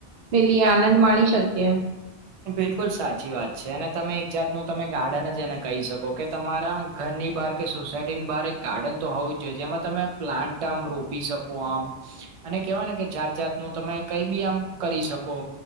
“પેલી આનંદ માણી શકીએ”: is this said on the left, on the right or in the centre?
Right